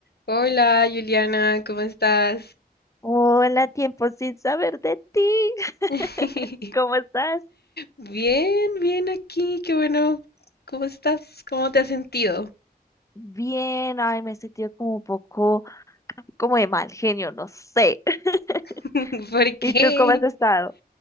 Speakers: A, on the left; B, on the left.
A: Hola, Juliana, ¿cómo estás?
B: Hola, tiempo sin saber de ti. <laughs>
A: <laughs>
B: ¿Cómo estás?
A: Bien, bien aquí, qué bueno. ¿Cómo estás? ¿Cómo te has sentido?
B: Bien, ay, me he sentido como un poco, como de mal genio, no sé. <laughs>
A: <laughs> ¿Por qué?
B: ¿Y tú cómo has estado?